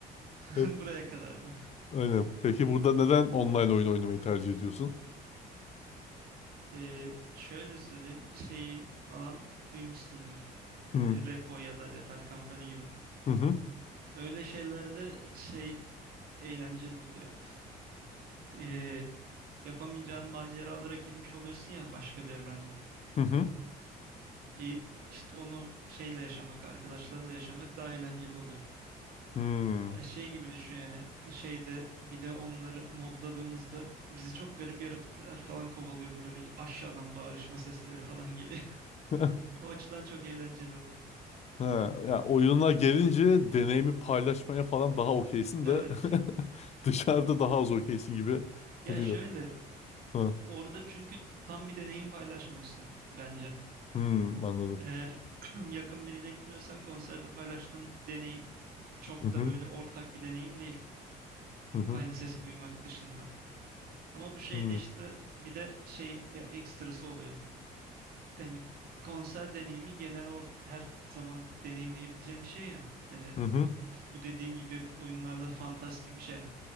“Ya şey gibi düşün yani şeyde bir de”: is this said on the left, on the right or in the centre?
Right